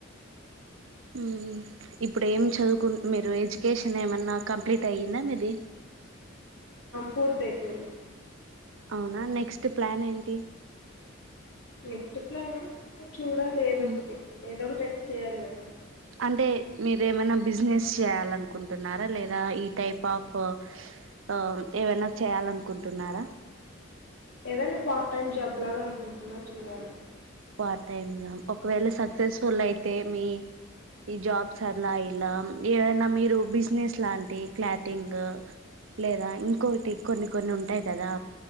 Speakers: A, on the right; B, on the left.
A: ఊ ఇప్పుడు ఏం చదువుకు మీరు ఎడ్యుకేషన్ ఏమన్నా కంప్లీట్ అయ్యిందా మీది
B: ఫోర్త్ అయిపోయింది
A: అవునా నెక్స్ట్ ప్లాన్ ఏంటి
B: నెక్స్ట్ ప్లాన్ చూడాలి ఏదొక్కటి
A: మ్మ్
B: ఏదొక్కటి అయి చేయాలి కదా
A: అంటే మీర ఏమైనా బిజినెస్ చేయ్యాలనుకుంటున్నారా లేదా ఈ టైప్ ఆఫ్ ఆ ఏమైనా చేయాలనుకుంటున్నారా
B: ఏదైనా పార్ట్ టైమ్ జాబ్ లాగా అనుకుంటున్నా చూడాలి
A: పార్ట్ టైమ్ జాబ్ ఒకవేళ సక్సెస్ఫుల్ అయితే మీ ఈ జాబ్స్ అలా ఇలా ఏదైనా మీరు బిజినెస్ లాంటి క్లాటింగ్ లేదా ఇంకోటి కొన్ని కొన్ని ఉంటాయి కదా